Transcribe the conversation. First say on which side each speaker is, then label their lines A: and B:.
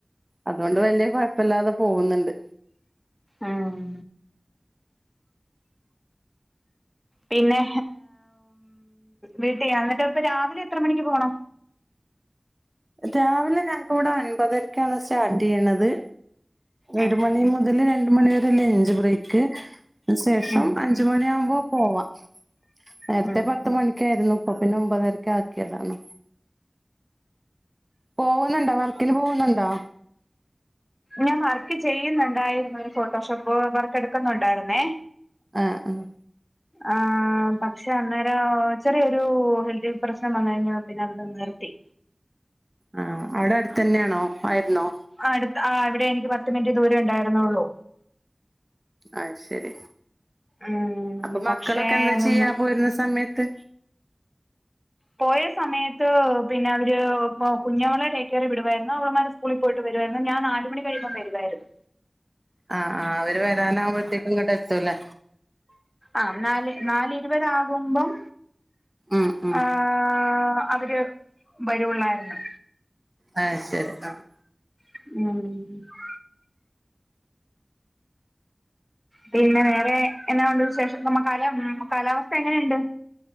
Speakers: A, on the right; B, on the left.
A: അതുകൊണ്ട് വലിയ കൊഴപ്പില്ലാതെ പോകുന്നുണ്ട്
B: ആഹ് പിന്നെ വീട്ടി അന്നിട്ട് ഇപ്പ രാവിലെ എത്ര മണിക്ക് പോണം
A: രാവിലെ ഞങ്ങക്കിവിടെ ഒൻപതരക്കാണ് സ്റ്റാർട്ട് ചെയ്യണത്
B: ഉം
A: ഒരു മണി മുതൽ രണ്ടു മണി വരെ ലഞ്ച് ബ്രേക്ക് ശേഷം
B: ഉം
A: അഞ്ച് മണി യാവുമ്പോ പോവാം നേരത്തെ
B: ഉം
A: പത്തു മണിക്കായിരുന്നു ഇപ്പൊ പിന്നെ ഒമ്പതരക്കാക്കിയതാണ് പോവുന്നുണ്ടോ വർക്കിന് പോവുന്നുണ്ടോ
B: ഞാൻ വർക്ക് ചെയ്യുന്നുണ്ടായിരുന്നു ഒരു ഫോട്ടോഷോപ്പ് വർക്ക് എടുക്കുന്നുണ്ടായിരുന്നേ
A: ആഹ് ആഹ്
B: ആ പക്ഷെ അന്നേരം ചെറിയൊരു ഹെൽത്തി പ്രശ്നം വന്നു കഴിഞ്ഞപ്പോ പിന്നെ അത് നിർത്തി
A: ആഹ് അവിടെ അടുത്തു തന്നെയാണോ ആയിരുന്നോ
B: അടുത് ആ ഇവിടെ എനിക്ക് പത്ത് മിനിറ്റ് ദൂരേ ഉണ്ടായിരുന്നുള്ളു
A: അത് ശരി
B: ഉം
A: അപ്പൊ മക്കളൊക്കെ
B: പക്ഷേ
A: എന്താ
B: അതൊന്ന്
A: ചെയ്യാ പോരുന്ന സമയത്ത്
B: പോയ സമയത്ത് പിന്നെ അവര് കുഞ്ഞവളെ ഡേകെയറി വിടുവാരുന്നു അവള്മാര് സ് കൂളി പോയിട്ട് വരുവാരുന്നു ഞാൻ നാലുമണി കഴീമ്പം വരുവാരുന്നു
A: ആഹ് ആഹ് അവര് വരാനാവുമ്പഴത്തേക്കും ഇങ്ങോട്ട് എത്തൂലേ
B: ആഹ് നാല് നാല് ഇരുപത് ആകുമ്പം
A: ഉം ഉം
B: ആഹ് അവര് വരൂള്ളായിരുന്നു
A: അത് ശരി ആഹ്
B: ഉം പിന്നെ വേറെ എന്നാ ഒണ്ട് വിശേഷം നമ്മ കാല കാലാവസ്ഥ എങ്ങനെയുണ്ട്